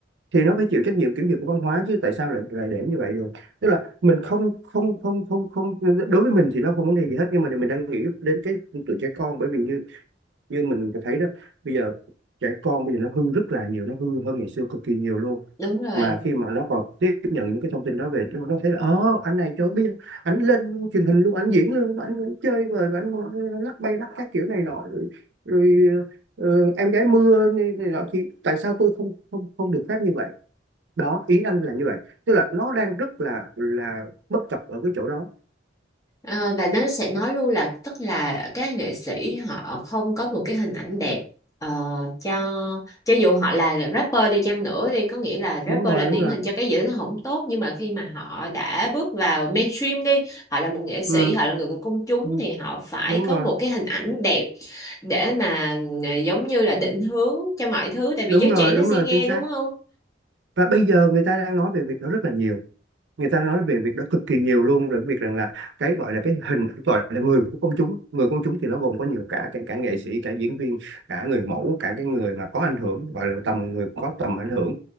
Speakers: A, on the right (about 70°); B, on the left (about 20°).
A: thì nó phải chịu trách nhiệm kiểm duyệt của văn hóa chứ tại sao lại lại để như vậy được? Tức là mình không không không không không đối với mình thì nó không vấn đề gì hết nhưng mà mình đang nghĩ đến cái tụi trẻ con bởi vì như như mình thấy đó bây giờ trẻ con bây giờ nó hư rất là nhiều nó hư hơn ngày xưa cực kỳ nhiều luôn
B: đúng rồi.
A: mà khi mà nó còn tiếp nhận những cái thông tin đó về nó thấy là ờ anh này trời biết anh lên truyền hình luôn anh diễn luôn anh, anh chơi rồi anh lắc bay lắc các kiểu này nọ rồi, rồi ờ, em gái mưa này, này nọ thì tại sao tôi không không không được phép như vậy đó ý anh là như vậy tức là nó đang rất là là bất cập ở cái chỗ đó
B: Ờ, và nó sẽ nói luôn là tức là các nghệ sĩ họ không có một cái hình ảnh đẹp ờ, cho cho dù họ là rapper đi chăng nữa đi có nghĩa là rapper
A: đúng rồi
B: là điển
A: đúng rồi
B: hình cho cái gì đó nó không tốt nhưng mà khi mà họ đã bước vào mainstream đi họ là một nghệ sĩ
A: ừ,
B: họ là người của công chúng
A: ừ,
B: thì họ phải
A: đúng rồi
B: có một cái hình ảnh đẹp để mà ờ, giống như là định hướng cho mọi thứ tại vì
A: đúng
B: giới
A: rồi
B: trẻ
A: đúng
B: nó sẽ
A: rồi
B: nghe
A: chính xác
B: đúng không
A: và bây giờ người ta đang nói về việc đó rất là nhiều người ta nói về việc đó cực kỳ nhiều luôn rồi việc rằng là cái gọi là cái hình gọi là người của công chúng người công chúng thì nó gồm có nhiều cả cả, cả nghệ sĩ cả diễn viên cả người mẫu cả cái người mà có ảnh hưởng gọi là tầm người có tầm ảnh hưởng